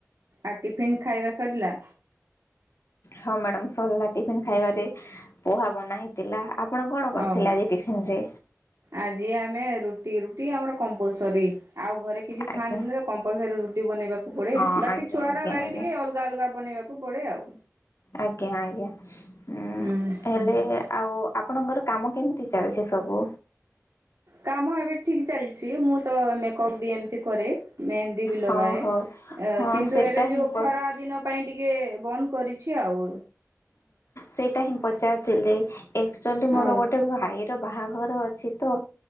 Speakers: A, on the right; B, on the left.
A: ଆଉ ଟିଫିନ ଖାଇବା ସରିଲା।
B: ହଁ ମ୍ୟାଡ଼ାାମ ସରିଲା। ଟିଫିନ ଖାଇବାରେ ପୋହା ବନା ହେଇଥିଲା। ଆପଣ କଣ କରୁଥିଲେ
A: ଓହୋ।
B: ଆଜି ଟିଫିନ ରେ?
A: ଆଜି ଆମେ ରୁଟି ରୁଟି ଆମର କମ୍ପଲସରୀ ଆଉ ଘରେ କିଛି
B: ଆଜ୍ଞା
A: ଖାଆନ୍ତିନି ତ କମ୍ପଲସରୀ ରୁଟି ବନେଇବାକୁ ପଡେ
B: ହଁ
A: ବାକି
B: ଆଜ୍ଞା
A: ଛୁଆର
B: ଆଜ୍ଞା
A: ଲାଗି
B: ଆଜ୍ଞା
A: ଟିକେ ଅଲଗା ଅଲଗା ବନେଇବାକୁ ପଡେ ଆଉ।
B: ଆଜ୍ଞା ଆଜ୍ଞା ହଁ
A: ହୁଁ
B: ହେଲେ ଆଉ ଆପଣଙ୍କର କାମ କେମିତି ଚାଲିଛି ସବୁ?
A: କାମ ଏବେ ଠିକ ଚାଲିଛି ମୁଁ ତ ମେକଅପ୍ ବି ଏମିତି କରେ ମେହେନ୍ଦି ବି ଲଗାଏ।
B: ହଁ ହଉ ହଁ
A: କିନ୍ତୁ
B: ସେଟା
A: ଏବେ
B: ହିଁ
A: ଯୋଉ
B: ପ
A: ଖରା ଦିନ ପାଇଁ ଟିକେ ଟିକେ ବନ୍ଦ କରିଛି ଆଉ।
B: ସେଇଟା ହିଁ ପଚାରୁଥିଲି ଆକ୍ଚୁଆଲି ମୋର
A: ଓ
B: ଗୋଟେ ଭାଇର ବାହାଘର ଅ ଛି ତ